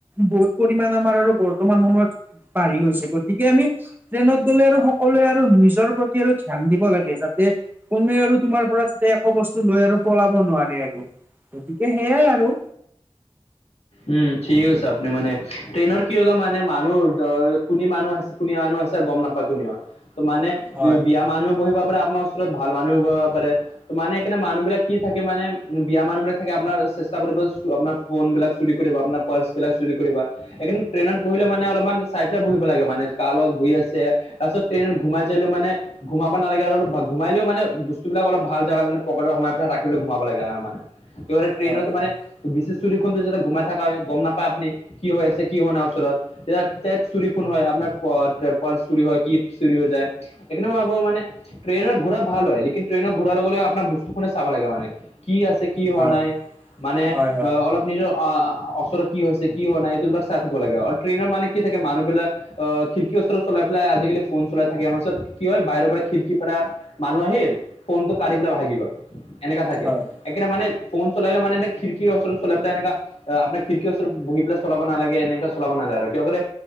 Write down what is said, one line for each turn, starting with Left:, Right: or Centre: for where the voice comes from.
Right: বহুত পৰিমাণ আমাৰ আৰু বৰ্তমান সময়ত বাঢ়ি গৈছে। গতিকে আমি ট্ৰেইনত গ'লে আৰু সকলোৱে আৰু নিজৰ প্ৰতি আৰু ধ্যান দিব লাগে। যাতে কোনোৱে আৰু তোমাৰ পৰা যাতে একো বস্তু লৈ আৰু পলাব নোৱাৰে আৰু গতিকে সেইয়াই আৰু।
Left: উম ঠিক আছে আপুনি মানে, ট্ৰেইনৰ কি হয় মানে মানুহ কুনি মানুহ আছে। কুনী মানুহ আছে গম নাপায় কোনেও, ত মানে
Right: হয়
Left: বেয়া মানুহ বহিবা পাৰে আপোনাৰ ওচৰত ভাল মানুহও বহিব পাৰে। মানে সেইকাৰণে মানুহবিলাক কি থাকে মানে বেয়া মানুহ বিলাক থাকে, আপোনাৰ চেষ্টা কৰিব আপোনাৰ ফোন বিলাক চুৰি কৰিব, আপোনাৰ পাৰ্চ বিলাক চুৰি কৰিব। এইকাৰনে ট্ৰেইনত বহিলে মানে অলপমান চাই পেলাই বহিব লাগে মানে, কাৰ লগত বহি আছে। তাৰপাছত ট্ৰেইনত ঘোমাই যালেও মানে। ঘোমাবা নালাগে আৰু অলপ ঘুমালেও মানে বস্তুবিলাক অলপ ভাল জাগাত পৰা পকেতত ৰাখি ঘোমাব লাগে আৰু মানে। <unintelligible> ট্ৰেইনতো
Right: হয় হয়
Left: মানে বিচি চুৰি খন যাতে গোমাই থকা হয় গম নাপায় আপুনি কি হৈ আছে কি হোৱা নাই ওচৰত। এইয়াত টেট চুৰি খুন হয় আপোনাৰ। পাচ পাচ চৰি হয় কি চুৰি হৈ যায়, সেইকাৰণে আপোনাক মানে ট্ৰেইনৰ ঘূৰা ভাল হয়, লেকিন ট্ৰেইনৰ ঘূৰা লগে লগে আপোনাৰ বস্তুফালে চাব লাগে মানে কি আছে। কি হোৱা
Right: হয়
Left: নাই মানে
Right: হয় হয় হয় হয় হয়
Left: অলপ নিজৰ। অঁ, ওচৰত কি হৈছে কি হোৱা নাই এইটো অলপ চাই থাকিব লাগে আৰু ট্ৰেইনৰ মানে কি থাকে, মানুহবিলাক আঁহ খিৰিকিৰ ওচৰত চলাই পেলাই আজিকালি ফোন চলাই থাকে আমাৰত কি হয় বাহিৰৰ পৰা খিৰিকীৰ পাৰা মানুহ আহিল, ফোনটো কাঢ়ি পেলাই ভাগি গল এনেকা থাকে।
Right: হয়
Left: সেইকাৰণে মানে ফোন চলাই চলালেও মানে খিৰিক ওচৰত চলাই পেলাই এনেকা অ আপোনাৰ খিৰিকৰ ওচৰত বহি পেলাই চলাব নালাগে, এনেকা চলাব নালাগে আৰু কিয় কৰে